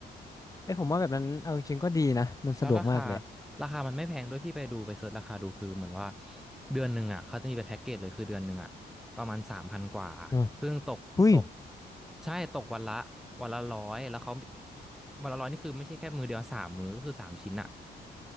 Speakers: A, on the left; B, in the centre.
A: เอ้ยผมว่าแบบนั้นเอาจริงๆก็ดีนะมันสะดวกมากเลยอะ
B: แล้วราคาราคามันไม่แพงด้วยพี่ไปดูไปเสิร์ชราคาดูคือเหมือนว่าเดือนหนึ่งอ่ะเขาจะมีเป็นแพ็กเกจเลยคือเดือนหนึ่งอ่ะประมาณสามพันกว่า
A: อ่ะ
B: ซึ่งตกตก
A: อุ้ย
B: ใช่ตกวันละวันละร้อยแล้วเขาวันละร้อยนี่คือไม่ใช่แค่มือเดียวสามมือก็คือสามชิ้นอ่ะ